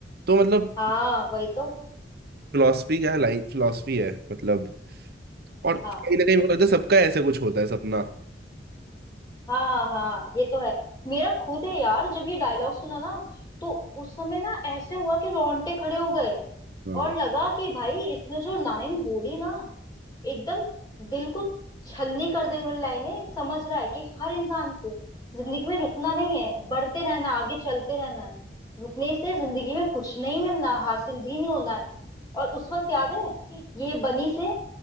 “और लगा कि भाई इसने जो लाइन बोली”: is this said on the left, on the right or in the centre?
Left